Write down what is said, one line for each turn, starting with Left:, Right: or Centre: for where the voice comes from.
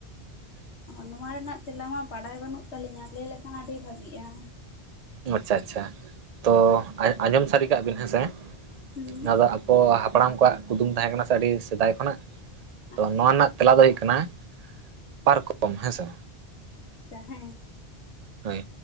Left: ᱱᱚᱣᱟ ᱨᱮᱱᱟᱜ ᱛᱮᱞᱟ ᱢᱟ ᱵᱟᱲᱟᱭ ᱵᱟᱹᱱᱩᱜ ᱛᱟᱹᱞᱤᱧᱟ ᱞᱟᱹᱭ ᱞᱮᱠᱷᱟᱱ ᱟᱹᱰᱤ ᱵᱷᱟᱜᱤᱜᱼᱟ᱾
Right: ᱟᱪᱪᱷᱟ ᱟᱪᱪᱷᱟ ᱛᱚ ᱟᱸᱡᱚᱢ ᱥᱟᱹᱨᱤ ᱠᱟᱜ ᱵᱤᱱ ᱦᱮᱸᱥᱮ
Left: ᱦᱩᱸ
Right: ᱚᱱᱟ ᱫᱚ᱾ ᱟᱵᱚ ᱦᱟᱯᱲᱟᱢ ᱠᱚᱣᱟᱜ ᱠᱩᱫᱩᱢ ᱛᱟᱦᱮᱸ ᱠᱟᱱᱟᱱᱟ ᱥᱮ ᱟᱹᱰᱤ ᱥᱮᱫᱟᱭ ᱠᱷᱚᱱᱟᱜ᱾ ᱛᱚ
Left: ᱟᱪᱪᱷᱟ
Right: ᱱᱚᱣᱟ ᱨᱮᱱᱟᱜ ᱛᱮᱞᱟ ᱫᱚ ᱦᱩᱭᱩᱜ ᱠᱟᱱᱟ ᱯᱟᱨᱠᱚᱢ ᱦᱮᱸᱥᱮ᱾
Left: ᱟᱪᱪᱷᱟ ᱦᱮᱸ᱾
Right: ᱦᱳᱭ